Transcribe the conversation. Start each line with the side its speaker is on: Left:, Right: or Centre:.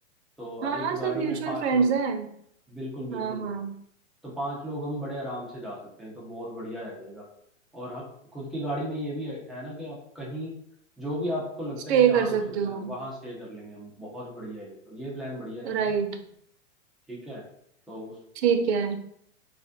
Centre: तो
Right: हाँ
Centre: एक
Right: हाँ सब
Centre: गाड़ी
Right: म्यूचुअल
Centre: में पांच
Right: फ्रेंड्स
Centre: लोग
Right: हैं
Centre: बिल्कुल बिल्कुल
Right: हाँ हाँ
Centre: तो पांच लोग हम बड़े आराम से जा सकते हैं तो बहुत बढ़िया रह जाएगा और हम खुद की गाड़ी में ये भी है, है ना कि आप कहीं जो भी आपको लगता
Right: स्टे
Centre: है कि यहाँ
Right: कर
Centre: रुक
Right: सकते
Centre: सकते हैं
Right: हो
Centre: वहाँ स्टे कर लेंगे हम बहुत बढ़िया है ये तो ये प्लान बढ़िया रहेगा
Right: राइट
Centre: ठीक है तो उस
Right: ठीक है